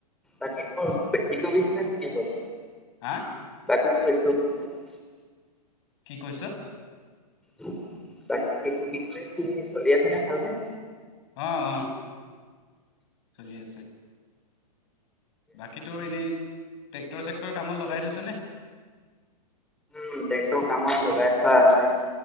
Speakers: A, in the centre; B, on the left.
A: বাকীটো সিটো ব্ৰিজনেছ কি হ'ল।
B: হা
A: বাকী তোৰ এইটো ব্ৰিজনেছ।
B: কি কৈছোঁ?
A: বাকী টোৰ এইটো ব্ৰিজনেছ কি চলি আছে নে ভালকে?
B: অ' অ'। চলি আছে। বাকী তোৰ এনেই ট্ৰেক্টৰ চেক্টৰ কামত লগাই থৈছোঁ নে।
A: উম, ট্ৰেক্টৰ কামত লগাই থোৱা আছে,